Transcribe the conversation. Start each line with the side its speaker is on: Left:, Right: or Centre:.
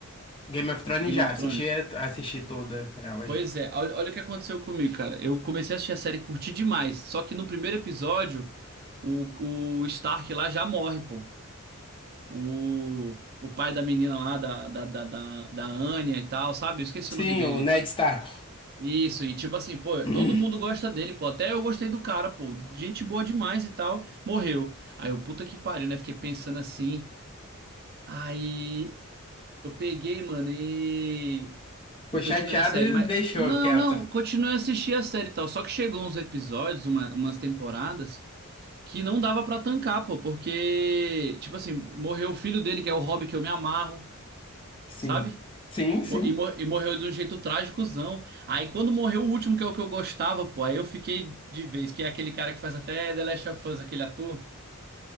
Left: Game of Thrones
Right: Game
Left: já,
Right: of
Left: assisti,
Right: Thrones.
Left: assisti toda ela
Right: Pois
Left: já.
Right: é, olha, olha o que aconteceu comigo, cara. Eu comecei a assistir a série, e curti demais. Só que no primeiro episódio, o, o Stark lá já morre, pô. O, o pai da menina lá, da, da, da, da, da Anya e tal, sabe? Eu esqueci
Left: Sim,
Right: o nome dele.
Left: o Ned Stark.
Right: Isso, e tipo assim, pô,
Left: <clears throat> Sim.
Right: todo mundo gosta dele, pô. Até eu gostei do cara, pô. Gente boa demais e tal. Morreu. Aí eu, puta que pariu, né? Fiquei pensando assim. Aí eu peguei, mano, e.
Left: Ficou
Right: E continuei
Left: chateado
Right: a série.
Left: e
Right: Mas.
Left: deixou
Right: Não,
Left: quieto.
Right: não, continuei a assistir a série e tal. Só que chegou uns episódios, uma- umas temporadas, que não dava pra tancar, pô. Porque, tipo assim, morreu o filho dele, que é o Hobby que eu me amarro,
Left: Sim.
Right: sabe?
Left: Sim, sim.
Right: Mo- E, mor- e morreu de um jeito trágicozão. Aí quando morreu o último, que é o que eu gostava, pô, aí eu fiquei de vez, que é aquele cara que faz até The Last of Us, aquele ator,